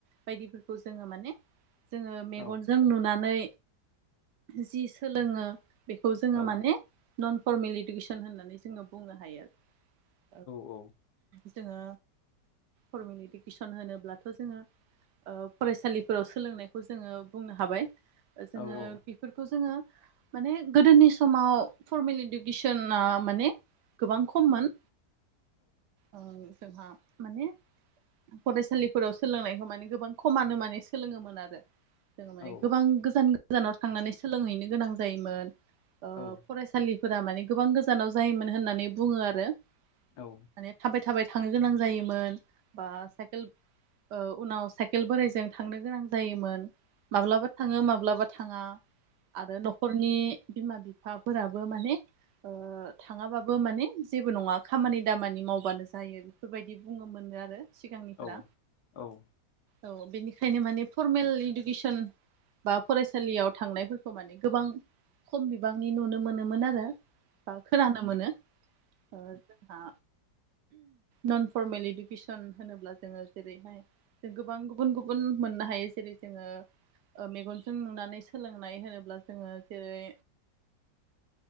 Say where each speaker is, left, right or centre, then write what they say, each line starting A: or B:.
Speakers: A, on the right; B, on the left.
A: बायदिफोरखौ जोङो माने जोङो मेगनजों
B: औ
A: नुनानै जि सोलोङो बेखौ जोङो
B: औ
A: माने नन फरमेल इडुकेसन होननानै जोङो बुंनो हायो आरो।
B: औ
A: जोङो फरमेल इदुकेसन होनोब्लाथ' जोङो फरायसालिफोराव सोलोंनायखौ जोङो बुंनो हाबाय। जोङो
B: औ उम
A: बेफोरखौ जोङो माने गोदोनि समाव फरमेल इदुकेसना माने गोबां खममोन जोंहा माने फरायसालिफोराव सोलोंनायखौ माने गोबां खमानो माने सोलोङोमोन आरो जोङो माने
B: औ
A: गोबां गोजान गोजानाव थांनानै सोलोंहैनो गोनां जायोमोन।
B: औ
A: फरायसालिफोरा माने गोबां गोजानाव जायोमोन होननानै बुङो आरो।
B: औ
A: माने थाबाय थाबाय थांनो गोनां जायोमोन बा सायकेल ओ उनाव साइकेल बोराइजों थांनो गोनां जायोमोन‌। माब्लाबा थाङो माब्लाबा थाङा आरो न'खरनि बिमा बिफाफोराबो माने ओ थाङाबाबो माने जेबो नङा खामानि दामानि मावबानो जायो बेफोरबायदि बुङो मोननो आरो सिगांनिफ्रा
B: औ औ
A: औ बेनिखायनो माने फरमेल इडुकेसन बा फरायसालियाव थांनायफोरखौ माने गोबां खम बिबांनि नुनो मोनोमोन आरो। बा खोनानो मोनो ओ। जोंहा नन फरमेल इडुकेसन होनोब्ला जोङो जेरैहाय जों गोबां गुबुन गुबुन मोननो हायो जेरै जोङो मेगनजों नुनानै सोलोंनाय होनोब्ला जोङो जेरै